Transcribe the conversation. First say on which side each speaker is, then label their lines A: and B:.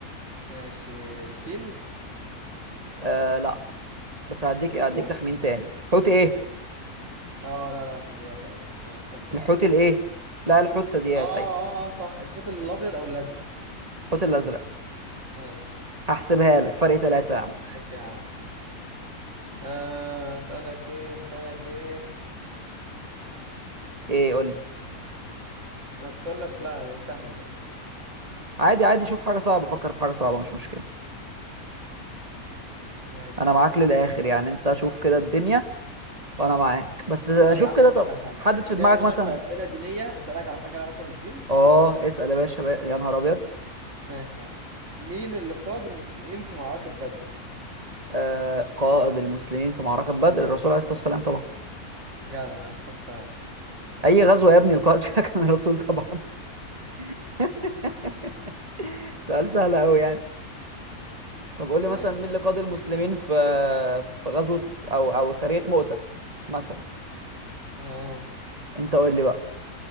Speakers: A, on the right; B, on the right.
A: ماشي الفيل
B: آه، لا بس هديك
A: الحوت
B: هديك تخمين تاني حوت ايه
A: اه لا لا ثدييات اه صح آه، كمل
B: الحوت الايه لا الحوت ثدييات
A: اه اه
B: ايوه
A: آه، صح الحوت الابيض او الازرق
B: الحوت الازرق
A: ماشي
B: هحسبها لك فرق ثلاثة يا عم
A: ماشي يا عم آه، اسالك ايه اسالك ايه
B: ايه قول لي
A: انا كنت اقول لك لا ده سهل ده
B: عادي عادي شوف حاجة صعبة فكر في حاجة صعبة مش مشكلة
A: ماشي
B: انا
A: يا
B: معاك
A: عم
B: للاخر يعني انت شوف كده الدنيا وانا معاك بس آه،
A: طب
B: شوف
A: يا عم
B: كده
A: اقول
B: طب
A: لك على حاجه
B: حدد في
A: جايه
B: دماغك
A: منك
B: مثلا
A: في اسئله دينيه اسالك على حاجه لها علاقه بالدين
B: اه اسأل يا باشا بقى. يا نهار ابيض
A: ماشي يا عم مين اللي قاد المسلمين في معركه بدر
B: آه قائد المسلمين في معركة بدر الرسول عليه الصلاة والسلام طبعا
A: جدع عليه الصلاه والسلام
B: اي غزوة يا ابني القائد فيها كان الرسول طبعا <laughs> سؤال سهل قوي يعني طب قول لي
A: ماشي.
B: مثلا مين اللي قاد المسلمين في في غزوة او او سرية مؤتة مثلا
A: اه
B: انت قول لي بقى